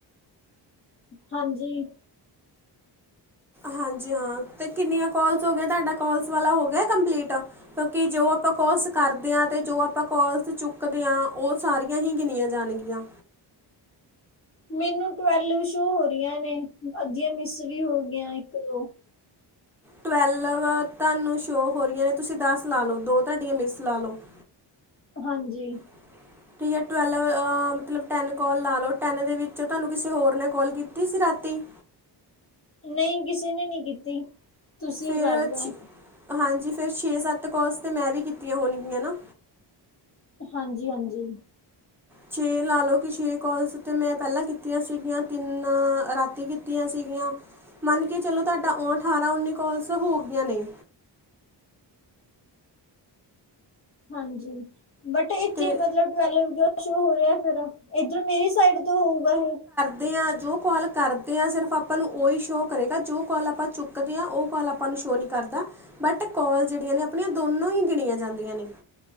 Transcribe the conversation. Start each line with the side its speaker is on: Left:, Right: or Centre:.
Left: ਹਾਂਜੀ।
Centre: ਹਾਂਜੀ ਹਾਂ, ਤੇ ਕਿੰਨੀਆਂ ਕੋਲਸ ਹੋ ਗਏ ਤੁਹਾਡਾ ਕੋਲਸ ਵਾਲਾ ਹੋ ਗਿਆ ਕੰਪਲੀਟ। ਕਿਉਂਕਿ ਜੋ ਆਪਾਂ ਕੋਲਸ ਕਰਦੇ ਆ, ਤੇ ਜੋ ਆਪਾਂ ਕੋਲਸ ਚੁੱਕਦੇ ਆ, ਉਹ ਸਾਰੀਆਂ ਹੀ ਗਿਣੀਆਂ ਜਾਣਗੀਆਂ।
Left: ਮੈਨੂੰ ਟਵੈਲਵ ਸ਼ੋਅ ਹੋ ਰਹੀਆਂ ਨੇ ਅੱਧੀਆਂ ਮਿਸ ਵੀ ਹੋ ਗਈਆਂ ਇੱਕ-ਦੋ।
Centre: ਟਵੈਲਵ ਤੁਹਾਨੂੰ ਸ਼ੋਅ ਹੋ ਰਹੀਆਂ ਨੇ ਤੁਸੀਂ ਦਸ ਲਾ ਲਓ ਦੋ ਤੁਹਾਡੀਆਂ ਮਿਸ ਲਾ ਲਓ। <inaudible>
Left: ਹਾਂਜੀ।
Centre: <inaudible> ਠੀਕ ਹੈ ਟਵੈਲਵ ਮਤਲਬ ਟੈਨ ਕੋਲ ਲਾ ਲਓ ਟੈਨ ਦੇ ਵਿੱਚ ਤੁਹਾਨੂੰ ਕਿਸੇ ਹੋਰ ਨੇ ਕੋਲ ਕੀਤੀ ਸੀ ਰਾਤੀ?
Left: ਨਈ ਕਿਸੇ ਨੇ ਨੀ ਕੀਤੀ। ਤੁਸੀਂ
Centre: ਫੇਰ
Left: ਉਹ ਕਰ ਰਹੇ
Centre: ਛੇ
Left: ਹੋ
Centre: ਹਾਂਜੀ ਫਿਰ ਛੇ-ਸੱਤ ਕੋਲਸ ਤਾਂ ਮੈਂ ਵੀ ਕੀਤੀਆਂ ਹੋਣਗੀਆਂ ਨਾ।
Left: ਹਾਂਜੀ ਹਾਂਜੀ।
Centre: ਛੇ ਲਾ ਲਓ ਪਿਛਲੀਆਂ ਕੋਲਸ ਤਿੰਨ ਮੈਂ ਪਹਿਲਾਂ ਕੀਤੀਆਂ ਸੀਗੀਆਂ ਤਿੰਨ ਰਾਤੀ ਕੀਤੀਆਂ ਸੀਗੀਆਂ। ਮੰਨ ਕੇ ਚਲੋ ਤੁਹਾਡਾ ਓ ਅਠਾਰਾਂ- ਉੱਨੀ ਕੋਲਸ ਹੋ ਗਈਆਂ ਨੇ।
Left: ਹਾਂਜੀ ਬਟ ਇੱਥੇ
Centre: ਤੇ
Left: ਮਤਲਬ ਟਵੈਲਵ ਕਿਉ ਸੋ ਹੋ ਰਿਹਾ ਫੇਰ? ਇੱਧਰ ਮੇਰੀ ਸਾਈਡ ਤੋਂ ਹੋਊਗਾ ਇਹ?
Centre: ਦੇ ਆ ਜੋ ਕਾਲ ਕਰਦੇ ਹਾਂ ਸਿਰਫ ਆਪਾਂ ਨੂੰ ਉਹੀ ਸ਼ੋਅ ਕਰੇਗਾ ਜੋ ਕਾਲ ਆਪਾਂ ਚੁੱਕਦੇ ਆ ਉਹ ਕਾਲ ਆਪਾਂ ਨੂੰ ਸ਼ੋ ਨੀ ਕਰਦਾ, ਬਟ ਕੋਲ ਜਿਹੜੀਆਂ ਨੇ ਆਪਣੀਆਂ ਦੋਨੋਂ ਹੀ ਗਿਣੀਆਂ ਜਾਂਦੀਆਂ ਨੇ।